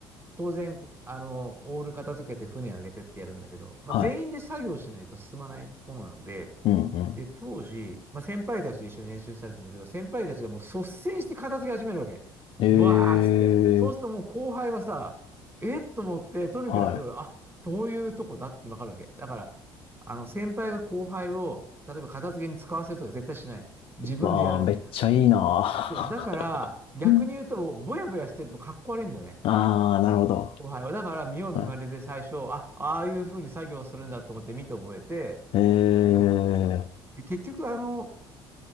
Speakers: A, on the right (about 20°); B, on the left (about 45°).
A: う、当然、こあの、オール片付けて船上げてってやるんだけど、まあ、
B: はい。
A: 全員で作業しないと進まないものなので、
B: うんうん。
A: で、当時、まあ、先輩たちと一緒に練習したりするんだけど、先輩たちがもう率先して片付け始めるわけ。
B: えー、
A: ブワーっつって。そうするともう後輩はさ、えっと思って、とにかく、
B: はい。
A: あ、そういうとこだってわかるわけ。だから、あの、先輩が後輩を、例えば片付けに使わせるとか絶対しない。自分でやるの、
B: わあ、めっちゃいいなー。
A: みんな。そう。だから、逆に言うと、
B: <laughs>
A: ぼやぼやしてるとかっこ悪いんだよね。
B: ああ、なるほど。
A: 後輩は。だから、見よう見まねで最初、
B: は
A: あ、ああいうふうに作業するんだと思って見て覚えて、
B: い。えー、
A: うん。で結局、あの、